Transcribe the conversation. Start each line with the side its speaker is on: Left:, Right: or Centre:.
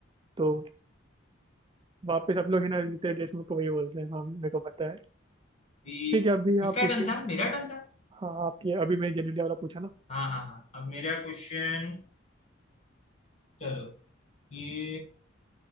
Right: तो वापस सब लोग है ना रितेश देशमुख को वही बोलते हैं हाँ मेरे को पता है
Left: ये
Right: ठीक है अभी
Left: किसका
Right: आप पूछिए
Left: टर्न था मेरा टर्न था
Right: हाँ आपकी अभी मैं जेनेलिया वाला पूछा ना
Left: हाँ हाँ हाँ अब मेरा क्वेश्चन चलो ये